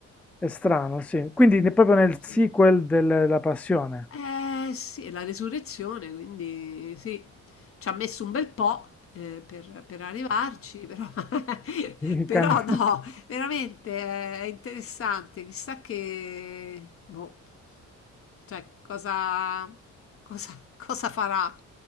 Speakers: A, in the centre; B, on the left (about 45°).
A: è strano, sì. Quindi ne- proprio nel
B: Sì.
A: sequel della Passione.
B: Eh sì, è la resurrezione, quindi sì, ci ha messo un bel po' eh, per, per arrivarci, però, <laughs>
A: I
B: però
A: cano
B: no, veramente eh, è interessante, chissà che, boh, cioè cosa, cosa, <laughs> cosa farà,